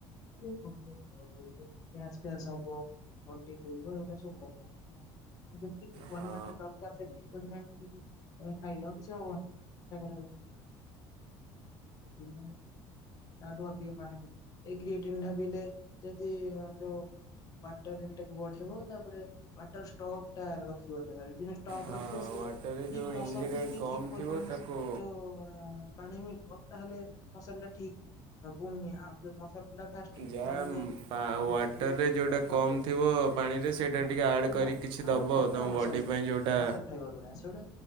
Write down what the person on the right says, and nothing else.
ହଁ
ହଁ
ୱାଟରରେ
ଯେଉଁ
ଇନଗ୍ରିଡ଼ିଏଣ୍ଟ
କମ୍
ଥିବ ତାକୁ
ଯାହା
ପା
ୱାଟରରେ
ଯେଉଁଟା
କମ୍
ଥିବ ପାଣିରେ ସେଇଟା
ଟିକେ ଆଡ଼୍
କରି
କିଛି
ଦବ
ତମ
ବଡ଼ି
ପାଇଁ ଯେଉଁଟା